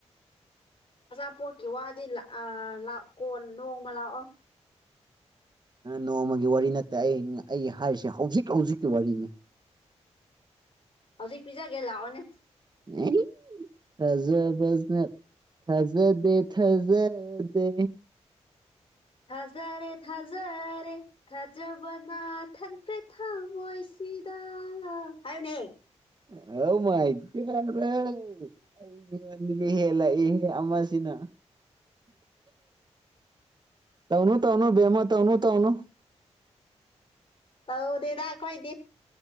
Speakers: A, on the left (about 50°); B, on the right (about 35°).
A: ꯑꯆꯥꯄꯣꯠꯀꯤ ꯋꯥꯗꯤ ꯂꯥꯛ ꯑ ꯂꯥꯛꯑꯣ ꯀꯣꯟ ꯅꯣꯡꯃ ꯂꯥꯛꯑꯣ
B: ꯅꯣꯡꯃꯒꯤ ꯋꯥꯔꯤ ꯅꯠꯇꯦ ꯑꯩ ꯑꯩ ꯍꯥꯏꯔꯤꯁꯦ ꯍꯧꯖꯤꯛ ꯍꯧꯖꯤꯛꯀꯤ ꯋꯥꯔꯤꯅꯤ
A: ꯍꯧꯖꯤꯛ ꯄꯤꯖꯥꯒꯦ ꯂꯥꯛꯑꯣꯅꯦ
B: <unintelligible> ꯊꯥꯖꯕꯁꯤꯅ ꯊꯥꯖꯗꯦ ꯊꯥꯖꯗꯦ
A: ꯊꯥꯖꯔꯦ ꯊꯥꯖꯔꯦ ꯊꯥꯖꯕꯅꯥ ꯊꯟꯈ꯭ꯔꯦ ꯊꯃꯣꯏꯁꯤꯗ ꯍꯥꯏꯌꯨꯅꯦ
B: <unintelligible> <unintelligible> ꯍꯦꯜꯂꯛꯏꯍꯦ ꯑꯃꯁꯤꯅ ꯇꯧꯅꯨ ꯇꯧꯅꯨ ꯕꯦꯃ ꯇꯧꯅꯨ ꯇꯧꯅꯨ
A: ꯇꯧꯗꯦꯗ ꯑꯩꯈꯣꯏꯗꯤ